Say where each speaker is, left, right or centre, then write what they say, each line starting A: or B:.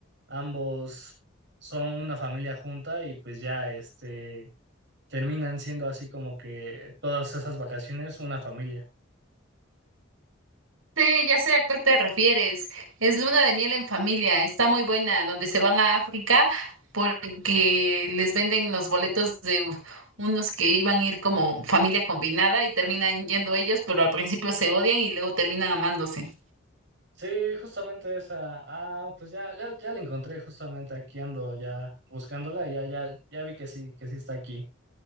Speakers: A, on the right; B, on the right.
A: ambos son una familia junta y pues ya este terminan siendo así como que todas esas vacaciones una familia.
B: Sí, ya sé a cuál te refieres. Es Luna de miel en familia. Está muy buena, donde se van a África porque les venden los boletos de u- unos que iban a ir como familia combinada y terminan yendo ellos, pero al principio se odian y luego terminan amándose.
A: Sí, justamente esa. Ah, pues ya, ya, ya la encontré justamente aquí ando ya buscándola, y ya, ya, ya vi que sí, que sí está aquí.